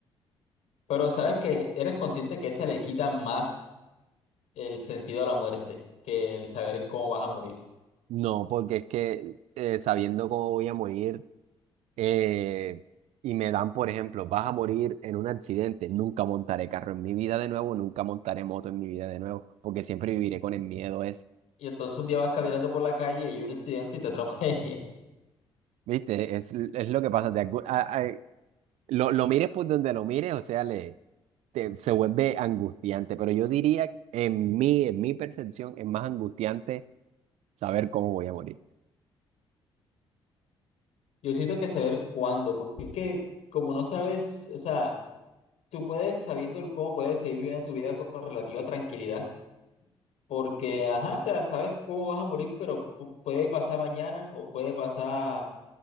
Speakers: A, on the left (about 55°); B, on the right (about 50°).
A: Pero sabes que eres consciente que esa le quita más el sentido a la muerte que el saber cómo vas a morir.
B: No, porque es que eh, sabiendo cómo voy a morir eh, y me dan, por ejemplo, vas a morir en un accidente, nunca montaré carro en mi vida de nuevo, nunca montaré moto en mi vida de nuevo, porque siempre viviré con el miedo ese.
A: Y entonces un día vas caminando por la calle y hay un accidente y te atropella.
B: ¿Viste? Es, es lo que pasa. de algún- a- a- lo, lo mires por donde lo mires, o sea, le, te- se vuelve angustiante, pero yo diría, en mí, en mi percepción, es más angustiante saber cómo voy a morir.
A: <laughs> Yo siento que saber cuándo, porque es que como no sabes, o sea... tú puedes, sabiendo cómo puedes seguir viviendo tu vida con relativa tranquilidad, porque, ajá, o sea, sabes cómo vas a morir, pero pu- puede pasar mañana o puede pasar